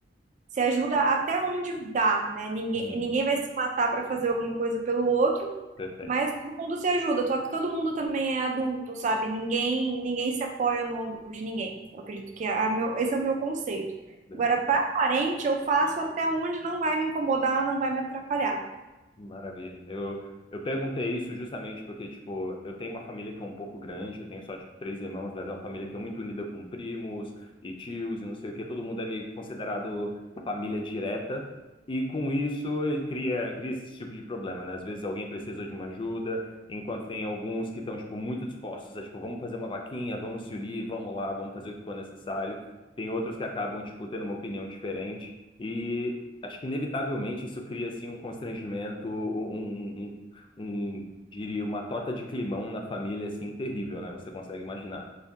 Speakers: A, on the right; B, on the left.
A: se ajuda até onde dá, né? Ninguém,
B: Uhum,
A: ninguém vai se matar para fazer alguma coisa pelo outro.
B: perfeito,
A: Mas todo mundo se ajuda, só que todo mundo também é adulto, sabe? Ninguém, ninguém se apoia no ombro de ninguém. Eu acredito que é a meu, esse é o meu conceito.
B: beleza.
A: Agora, para parente, eu faço até onde não vai me incomodar, não vai me atrapalhar.
B: Maravilha. Eu, eu perguntei isso justamente porque, tipo, eu tenho uma família que é um pouco grande, eu tenho só, tipo, três irmãos, mas é uma família que é muito unida com primos e tios e não sei o quê. Todo mundo é meio considerado família direta. E com isso, ele cria, cria esse tipo de problema, né? Às vezes alguém precisa de uma ajuda, enquanto tem alguns que estão, tipo, muito dispostos a, tipo, vamos fazer uma vaquinha, vamos se unir, vamos lá, vamos fazer o que for necessário. Tem outros que acabam, tipo, tendo uma opinião diferente. E Acho que inevitavelmente isso cria assim um constrangimento, um, um, um- um, diria, uma torta de climão na família assim terrível, né? Você consegue imaginar?